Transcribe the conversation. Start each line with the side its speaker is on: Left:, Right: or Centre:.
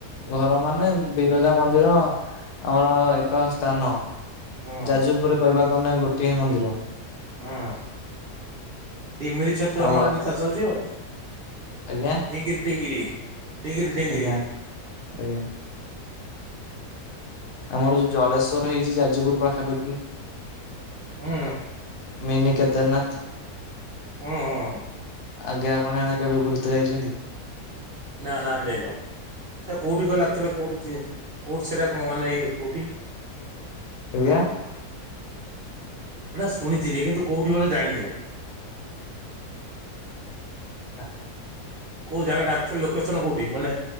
Left: ଘର ମାନେ ବିରଜା ମନ୍ଦିର ଆମର ଏକ ସ୍ଥାନ
Right: ହଁ
Left: ଯାଜୁପରେ କହିବାକୁ ଗଲେ ଗୋଟିଏ ମନ୍ଦିର।
Right: ହଁ ତିମିଲି ଛତୁ
Left: ଆଉ
Right: ଆମର ଏଠି ଚାଷ ହଉଛି ଆଉ।
Left: ଆଜ୍ଞା।
Right: ଡିଙ୍ଗିରି ଡିଙ୍ଗିରି। ଡିଙ୍ଗିରି ଡିଙ୍ଗିରି
Left: ଆଜ୍ଞା ଆଜ୍ଞା। ଆମର ଯୋଉ ଜଳେଶ୍ଵର ହେଇଛି ଯାଜପୁର ପାଖାପାଖି
Right: ହୁଁ।
Left: ମିନି କେଦାରନାଥ
Right: ଉୁଁ ଉୁଁ।
Left: ଆଜ୍ଞା ଆପଣ ଏଣେ କେବେ ବୁଲିତେ ଯାଇଛନ୍ତି।
Right: ନା ନା ଆମେ ଯାଇନ ସେ କୋଉଠି କହିଲ ଆକ୍ ଚୁଆଲି କୋଉଠି କୋଉଠି ସେଟା କଣ ମାନେ କୋଉଠି?
Left: ଆଜ୍ଞା।
Right: ଏଟା ଶୁଣିିଥିନି କିନ୍ତୁ କୋଉଠି କଣ ଜାଣିନେଇ।
Left: ହଁ।
Right: କୋଉ ଜାଗା ଅକ୍ଚୁଆଲି ଲୋକେସନ କୋଉଠି ମାନେ